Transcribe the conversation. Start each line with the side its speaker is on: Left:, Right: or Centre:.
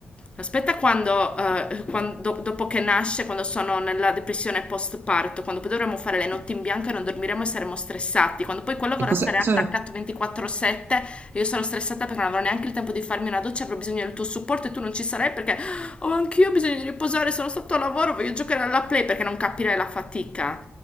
Left: Aspetta quando, eh, quando- dopo che nasce, quando sono nella depressione post-parto, quando poi dovremo fare le notti in bianco e non dormiremo e saremo stressati, quando poi quello vorrà
Right: E cosa,
Left: stare attaccato
Right: cosa,
Left: 24/7 io sarò stressata perché non avrò neanche il tempo di farmi una doccia, avrò bisogno del tuo supporto e tu non ci sarai perché oh, anch'io ho bisogno di riposare, sono stato a lavoro, voglio giocare alla play perché non capirai la fatica.